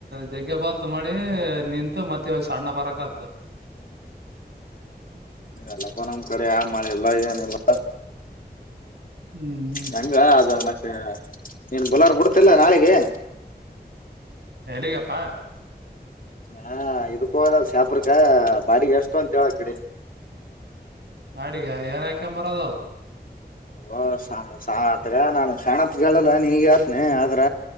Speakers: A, on the right; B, on the left.
A: ದೆಗ್ಗೆ ಬಂತ್ ಮಳೆ ನಿಂತು ಮತ್ತೆ ಇವಾಗ ಸಣ್ಣ ಬರಕತ್ತಾದ. <inaudible>
B: ಎಲ್ಲಪ ನಮ್ಮ್ ಕಡೆ ಆ ಮಾಳಿಲ್ಲ ಏನಿಲ್ಲ.
A: ಹ್ಮ್ ಹ್ಮ್
B: ನಂಗ ಅದ ಮತ್ತೆ ನೀನ್ ಬಲಾರ ಬಿಡ್ತಿಲ್ಲ ನಾಳಿಗೆ.
A: ಎಲ್ಲಗಪ್ಪಾ?
B: ಹಾ ಇದಕ್ಕ ಹೋದಲ್ ಶಾಂಪುರ್ಕೆ ಬಾಡಿಗೆ ಎಷ್ಟುಂತ ಅಂತೇಳಾಕಡೆ.
A: ಬಾಡಿಗೆ ಏನ್ಯ್ಕಂಬರದು ಅವ್.
B: ಓ ಸಾ ಅತ್ಗ ನಾನು ಕ್ಷಣತ್ ಹೇಳಲ್ಲ ನೀಗ್ಯ ನೇ ಆದ್ರ